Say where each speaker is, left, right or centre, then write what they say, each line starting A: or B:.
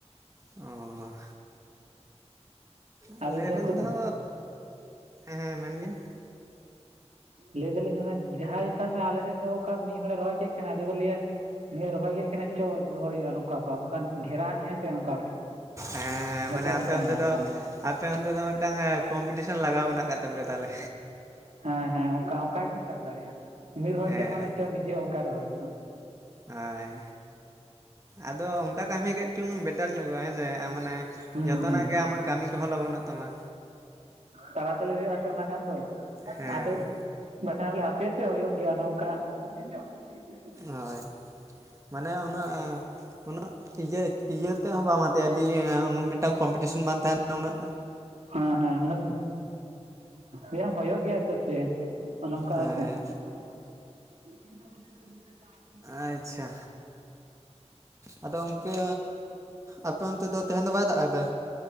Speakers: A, on the right; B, on the right.
A: ᱟᱻ ᱟᱞᱮ
B: ᱟᱫᱚ
A: ᱨᱮᱱ
B: ᱩᱱᱠᱩ
A: ᱫᱚ, ᱦᱮᱸ ᱢᱮᱱ ᱵᱤᱱᱼᱼ
B: ᱞᱟᱹᱭ ᱮᱫᱟᱞᱤᱧ ᱚᱱᱟ ᱡᱟᱦᱟᱸᱭ ᱦᱤᱥᱟᱹᱵ ᱢᱮ ᱟᱞᱮ ᱥᱮᱜ ᱫᱚ ᱚᱱᱠᱟ ᱢᱤᱜ ᱦᱚᱲᱮ ᱨᱚᱦᱚᱭ ᱠᱮᱫ ᱠᱷᱟᱱ ᱟᱫᱚ ᱠᱚ ᱞᱟᱹᱭᱟᱼᱼ ᱩᱱᱤᱭ ᱨᱚᱦᱚᱭ ᱠᱮᱜ ᱠᱷᱟᱱᱮ ᱪᱚ ᱨᱚᱦᱚᱭ ᱦᱩᱭᱩᱜᱼᱟ ᱟᱨᱦᱚᱸ᱾ ᱚᱠᱟ ᱵᱟᱵᱠᱷᱟᱱ ᱜᱷᱮᱨᱟ ᱱᱤᱭᱟ ᱛᱮ ᱚᱱᱠᱟ
A: ᱦᱮᱸ
B: ᱡᱷᱚᱛᱚ
A: ᱢᱟᱱᱮ ᱟᱯᱮ
B: ᱚᱱᱠᱟ
A: ᱚᱱᱛᱮ
B: ᱦᱮᱱᱟᱜ
A: ᱫᱚ
B: ᱠᱚᱣᱟ᱾
A: ᱟᱯᱮ ᱚᱱᱛᱮ ᱫᱚ ᱢᱤᱫᱴᱟᱝ ᱠᱚᱢᱯᱤᱴᱤᱥᱚᱱ ᱞᱟᱜᱟᱣ ᱢᱮᱱᱟᱜ ᱟᱠᱟᱫ ᱛᱟᱯᱮᱭᱟ ᱛᱟᱦᱞᱮ᱾
B: ᱦᱮᱸ ᱦᱮᱸ ᱚᱱᱠᱟ ᱚᱱᱠᱟ ᱜᱮ ᱵᱮᱱ ᱥᱟᱵ ᱫᱟᱲᱮᱭᱟᱜᱼᱟ ᱩᱱᱤ ᱨᱚᱦᱚᱭ
A: ᱦᱮᱸ
B: ᱠᱮᱜᱼᱟ, ᱢᱟᱱᱮ ᱪᱚ ᱱᱤᱡᱮ ᱦᱚᱸ ᱚᱱᱠᱟ ᱨᱚᱦᱚᱭ ᱦᱩᱭᱩᱜᱼᱟ᱾
A: ᱦᱚᱭ, ᱟᱫᱚ ᱚᱱᱠᱟ ᱠᱟᱹᱢᱤ ᱠᱮᱫ ᱪᱚᱝ ᱵᱮᱴᱟᱨ ᱧᱚᱜᱚᱜᱼᱟ ᱦᱮᱸ ᱥᱮ ᱢᱟᱱᱮᱼᱼ
B: ᱦᱩᱸ
A: ᱡᱚᱛᱚᱱᱟᱜ
B: ᱦᱩᱸ
A: ᱜᱮ ᱟᱢᱟᱜ ᱠᱟᱹᱢᱤ ᱠᱚᱦᱚᱸ ᱞᱚᱜᱚᱱᱚᱜ ᱛᱟᱢᱟ᱾
B: ᱛᱟᱲᱟᱛᱟᱹᱲᱤ ᱦᱩᱭᱩᱜ-ᱟ ᱥᱮ ᱚᱱᱟ ᱠᱷᱟᱱ ᱫᱚ
A: ᱦᱮᱸ
B: ᱟᱫᱚᱼᱼ ᱵᱟᱠᱷᱟᱱ ᱵᱚᱞᱮ ᱦᱟᱯᱮ ᱥᱮ ᱦᱩᱭᱩᱜ ᱜᱮᱭᱟ ᱱᱚᱝᱠᱟ᱾ <unintelligible>
A: ᱦᱚᱭ ᱢᱟᱱᱮ ᱩᱱᱟᱹᱜᱼᱼ ᱩᱱᱟᱹᱜ ᱤᱭᱟᱹ ᱤᱭᱟᱹ ᱛᱮᱦᱚᱸ ᱵᱟᱢ ᱦᱟᱛᱟᱣᱼᱟ, ᱤᱫᱤᱭᱟᱹ ᱢᱤᱫᱴᱟᱱ ᱠᱚᱢᱯᱤᱴᱤᱥᱮᱱ ᱵᱟᱝ ᱛᱟᱦᱮᱸᱱᱟ ᱩᱱᱟᱹᱜᱼᱼ
B: ᱦᱚᱸ ᱦᱚᱸ ᱦᱮᱸ ᱦᱩᱭᱩᱜ ᱜᱮᱭᱟ ᱛᱚ ᱥᱮ ᱱᱚᱝᱠᱟᱜ-ᱟ
A: ᱦᱮᱸ
B: ᱥᱮ᱾ <inaudible> <inaudible>
A: ᱟᱪᱪᱷᱟ᱾ ᱟᱫᱚ ᱜᱚᱝᱠᱮ ᱟᱯᱮ ᱚᱱᱛᱮ ᱫᱚ ᱛᱮᱦᱮᱱ ᱫᱚ ᱵᱟᱭ ᱫᱟᱜ ᱟᱠᱟᱫᱟ?